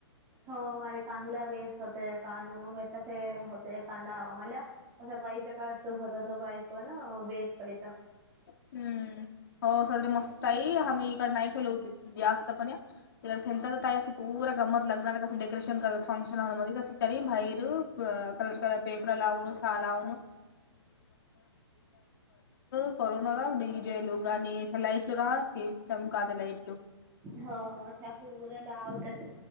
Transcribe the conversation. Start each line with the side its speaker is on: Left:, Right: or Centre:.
Right: हो म कांदाला बेस होते का म्हण होते कांदा हवा मला असा पैसा काय असं होता तो पाय पण वेस पैचा.
Left: हम्म हो साजर मस्त आई आम्ही इकडं नाही खेल होते जास्त पण या तिकडे खेळतात तर ताही असे पूरा गंमत लग्ना आणि कसं डेकोरेशन करतात फंक्शन हॉलमध्ये तने बाहेर. <unintelligible> कलर कलर पेपर लावन लावन <unintelligible> करू नका डी जे लो गाणी त्याला इटलं राहा की चमकातेला इटलो.
Right: हा त्या खुबुऱ्या लावत्यात.